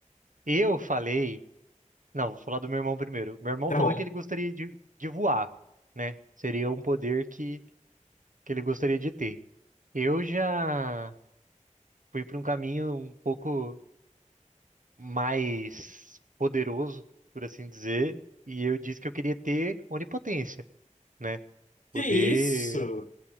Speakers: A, on the right; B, on the left.
A: Eu falei, não, vou falar do meu irmão primeiro. Meu irmão
B: tá
A: falou
B: bom.
A: que ele gostaria de, de voar, né? Seria um poder que, que ele gostaria de ter. Eu já fui para um caminho um pouco mais poderoso, por assim dizer, e eu disse que eu queria ter onipotência, né?
B: Que
A: Poder,
B: isso?